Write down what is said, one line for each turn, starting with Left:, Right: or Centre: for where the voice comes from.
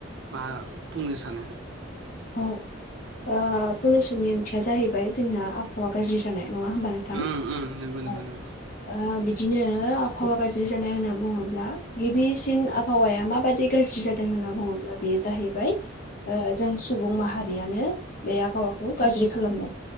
Right: मा बुंनो सानो?
Left: औ ओ पलुसननि ओंथिया जाहैबाय जोंना आबहावा गाज्रि जानाय नङा होमबा नों थां
Right: उम उम नंगौ नंगौ
Left: औ।
Right: नंगौ
Left: ओ बिदिनो आबहावा गाज्रि जानाय होनना बुङोब्ला गिबिसिन आबहावाया माबादि गाज्रि जादों होनना बुङोब्ला बेयो जाहैबाय ओ जों सु बुं माहारियानो बे आबहावाखौ गाज्रि खालामदों